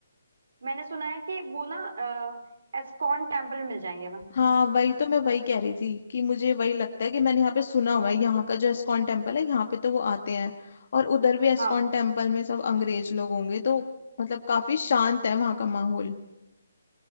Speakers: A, on the right (about 65°); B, on the left (about 60°).
A: मैंने सुना है कि वो ना एस्कॉन टेम्पल में मिल जाएंगे मैं
B: हाँ वही तो मैं वही कह रही थी कि मुझे वही लगता है कि मैंने यहाँ पे सुना हुआ है यहाँ का जो एस्कॉन टेम्पल है यहाँ पे तो वो आते हैं और उधर भी एस्कॉन
A: हाँ
B: टेम्पल में सब अंग्रेज लोग होंगे तो मतलब काफी शांत है वहाँ का माहौल